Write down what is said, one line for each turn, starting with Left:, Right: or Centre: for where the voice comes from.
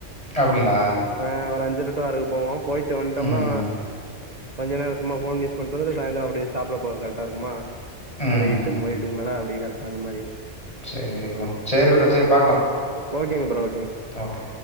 Left: அப்டிங்களா
Right: ஆ ஒரு அஞ்சற டு ஆறுக்கு போவோ போயிட்டு வந்துட்டோம்னா
Left: ம்
Right: கொஞ்ச நேரோ சும்மா ஃபோன் யூஸ் பண்றது சாய்ந்தரோ அப்டியே சாப்ட போக கரக்டா இருக்குமா
Left: ம்
Right: ஒரு எயிட்டுக்கு எட்டுக்கு மேலா அப்டியே கரெக்டா அந்த மாதிரி
Left: சேரி ப்ரோ சேரி ப்ரோ சேரி பாக்கலா
Right: ஓகேங்க ப்ரோ ஓகேங்க
Left: ஓகே